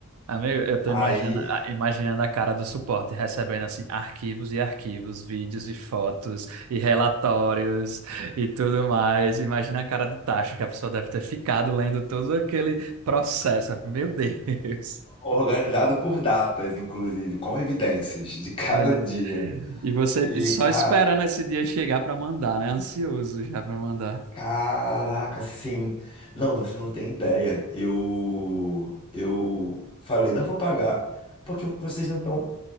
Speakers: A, on the right; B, on the left.
A: Amigo, eu tô
B: Aí,
A: imaginando, a- imaginando a cara do suporte, recebendo assim arquivos e arquivos, vídeos e fotos e relatórios e tudo mais. Imagina a cara de tacho que a pessoa deve ter ficado lendo todo aquele processo. Meu Deus.
B: organizado por datas, inclusive, com evidências de cada
A: Olha,
B: dia.
A: e você
B: E,
A: só
B: cara,
A: esperando esse dia chegar para mandar, né? Ansioso já para mandar.
B: Caraca, sim. Não, você não tem ideia. Eu eu falei, não vou pagar, porque vocês não estão